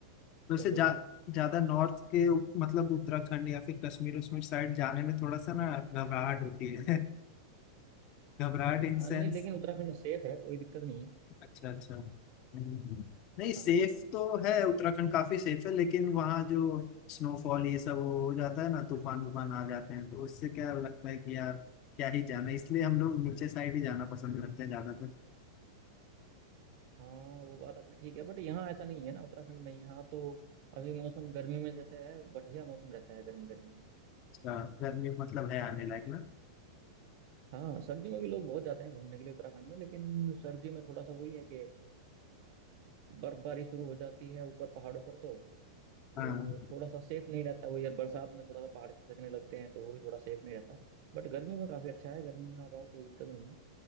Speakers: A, on the left; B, on the right.
A: वैसे
B: गर्मियों
A: जा
B: में
A: ज्यादा नॉर्थ के उ- मतलब उत्तराखंड या फिर कश्मीर उश्मीर साइड जाने में थोड़ा सा ना घबराहट होती है <laughs> घबराहट इन
B: हाँ
A: सेंस
B: नहीं लेकिन उत्तराखंड सेफ है कोई दिक्कत नहीं है
A: अच्छा अच्छा हम्म। नहीं सेफ
B: हाँ
A: तो है उत्तराखंड काफी सेफ है लेकिन वहाँ जो स्नोफॉल ये सब वो हो जाता है ना तूफान वूफान आ जाते हैं तो उससे क्या लगता है कि यार क्या ही जाना इसलिए हम लोग नीचे साइड ही जाना पसंद करते हैं ज्यादातर
B: हाँ वो बात आपकी ठीक है बट यहाँ ऐसा नहीं है ना उत्तराखंड में यहाँ तो अभी मौसम गर्मी में जैसे है बढ़िया मौसम रहता है गर्मी गर्मी
A: अच्छा, गर्मी मतलब है आने लायक ना
B: हाँ सर्दी में भी लोग बहुत जाते हैं घूमने के लिए उत्तराखंड में लेकिन सर्दी में थोड़ा सा वही है कि अ, बर्फबारी शुरू हो जाती है ऊपर पहाड़ों पर तो तो
A: हाँ
B: थोड़ा सा सेफ नहीं रहता वही यार बरसात में थोड़ा सा पहाड़ खिसकने लगते हैं तो वो भी थोड़ा सेफ नहीं रहता बट गर्मी में काफ़ी अच्छा है गर्मी में आप आओ कोई दिक्कत नहीं है